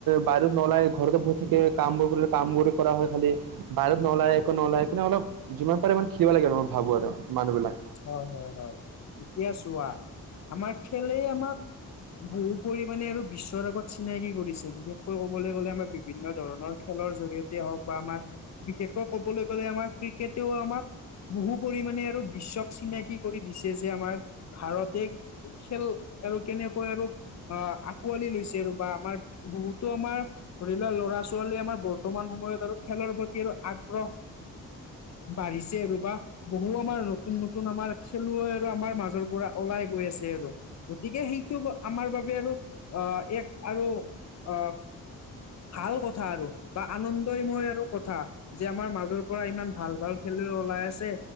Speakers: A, on the right (about 80°); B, on the left (about 50°).
A: বাহিৰত নোলাই ঘৰতে বহি থাকে কাম কৰে কামবোৰ কৰা হয় খালি বাহিৰত নলায় একো নুলাই সেইকাৰণে অলপ যিমান পাৰে ইমান খিনিব লাগে আৰু মই ভাবো আৰু মানুহবিলাক
B: হয়ঁ হয়ঁ হয়ঁ এতিয়া চোৱা আমাৰ খেলেই আমাক বহু পৰিমামানে আৰু বিশ্বৰ আগত চিনাকি কৰিছে বিশেষকৈ ক'বলৈ গলে আমাৰ বিভিন্ন ধৰণৰ,,, খেলৰ জৰিয়তে হওঁক বা আমাৰ বিশেষকৈ কবলৈ গ'লে আমাৰ ক্ৰিকেটেও আমাক। বহু পৰিমমানে আৰু বিশ্বক চিনাকি কৰি দিছে যে আমাৰ্ ভাৰতে খেল আৰু কেনেকৈ আৰু, অঁ কি আঁকোৱালি লৈছে আৰু বা আমাৰ বহুতো আমাৰ ধৰিল ল'ৰা ছোৱালীয়ে আমাৰ বৰ্তমান সময়ত আৰু খেলৰ প্ৰতি আৰু আগ্ৰহ। বাঢ়িছে ৰবা বহু আমাৰ নতুন নতুন নতুন আমাৰ খেলুৱৈ আৰু আমাৰ মাজৰ পৰা ওলাই গৈ আছে আৰু। গতিকে সেইটো আমাৰ বাবে আৰু আহ এক আৰু আহ,,, ভাল কথা আৰু বা আনন্দয়ময় আৰু কথা। যে আমাৰ মাজৰ পৰা ইমান ভাল ভাল খেলুৱৈ ওলাই আছে